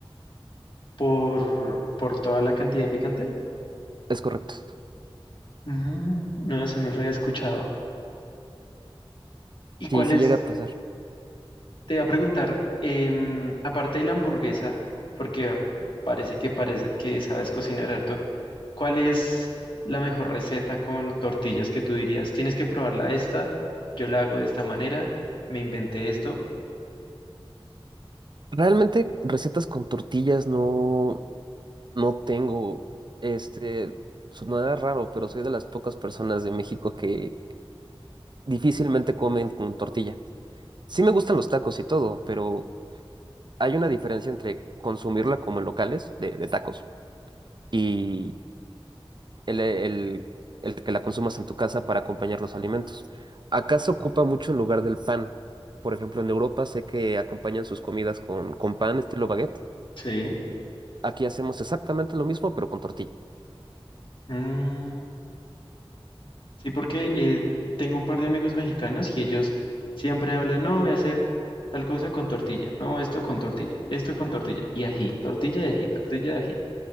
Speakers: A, on the left; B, on the right.
A: por, por toda la cantidad de picante.
B: Es correcto.
A: Mm, no, eso no lo había escuchado. ¿Y cuál
B: Sí, sí
A: es
B: llega a pasar.
A: Te iba a preguntar, em, aparte de la hamburguesa, porque parece que parece que sabes cocinar harto, ¿cuál es la mejor receta con tortillas que tú dirías? Tienes que probarla esta, yo la hago de esta manera, me inventé esto.
B: Realmente recetas con tortillas no, no tengo. Este, sonará raro, pero soy de las pocas personas de México que difícilmente comen con tortilla. Sí me gustan los tacos y todo, pero hay una diferencia entre consumirla como en locales de, de tacos y el, el, el que la consumas en tu casa para acompañar los alimentos. Acá se ocupa mucho en lugar del pan. Por ejemplo, en Europa sé que acompañan sus comidas con, con pan estilo baguette.
A: Sí.
B: Aquí hacemos exactamente lo mismo, pero con tortilla.
A: Mm, sí, porque eh, tengo un par de amigos mexicanos y ellos siempre hablan, no, voy a hacer tal cosa con tortilla, no, esto con tortilla, esto con tortilla y ají, tortilla de ají, tortilla de ají.